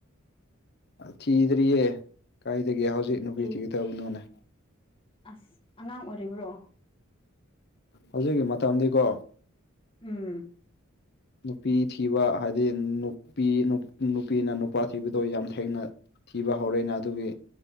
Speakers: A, on the left; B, on the left.
A: ꯊꯤꯗ꯭ꯔꯤꯌꯦ ꯀꯥꯏꯗꯒꯤ ꯍꯧꯖꯤꯛ꯫ ꯅꯨꯄꯤ
B: ꯊꯤ
A: ꯊꯤꯒꯗꯕꯅꯣꯅꯦ꯫
B: ꯑꯁ ꯑꯉꯥꯡ ꯑꯣꯏꯔꯤꯕ꯭ꯔꯣ
A: ꯍꯧꯖꯤꯛꯀꯤ ꯃꯇꯝꯗꯤꯀꯣ꯫
B: ꯎꯝ
A: ꯅꯨꯄꯤ ꯊꯤꯕ ꯍꯥꯏꯗꯤ ꯅꯨꯄꯤ ꯅꯨꯄꯤꯅ ꯅꯨꯄꯥ ꯊꯤꯕꯗꯣ ꯌꯥꯝ ꯊꯦꯡꯅ ꯊꯤꯕ ꯍꯧꯔꯦꯅꯦ ꯑꯗꯨꯒꯤ